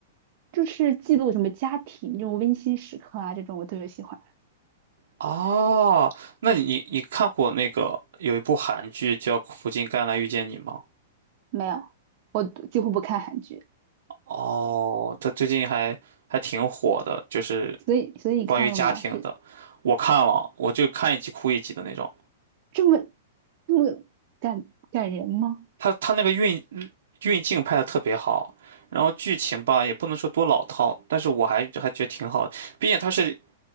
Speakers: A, on the right; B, on the right.
A: 就是记录什么家庭这种温馨时刻啊，这种我特别喜欢。
B: 哦，那你你你看过那个有一部韩剧叫《苦尽甘来遇见你》吗？
A: 没有，我几乎不看韩剧，
B: 哦，它最近还还挺火的，就是
A: 所以所以你看了吗？
B: 关于家庭的。
A: 是
B: 我看了，我就看一集哭一集的那种。
A: 这么这么感感人吗？
B: 它它那个运运镜拍的特别好，然后剧情吧也不能说多老套，但是我还还觉得挺好的。毕竟它是